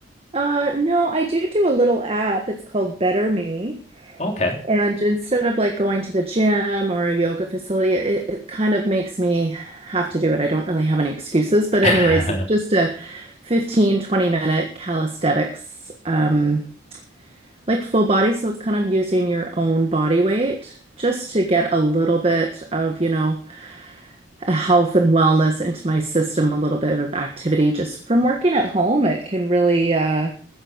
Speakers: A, on the right (about 30°); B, on the left (about 35°).
A: uh no, I do do a little app. It's called Better Me.
B: Okay.
A: And instead of like going to the gym or a yoga facility, it, it kind of makes me have to do it. I don't really have any excuses. But
B: <laughs>
A: anyways, it's just
B: Hmm.
A: a fifteen twenty minute calisthenics, um, like full body. So it's kind of using your own body weight just to get a little bit of, you know, health and wellness into my system, a little bit of activity just from working at home. It can really, uh,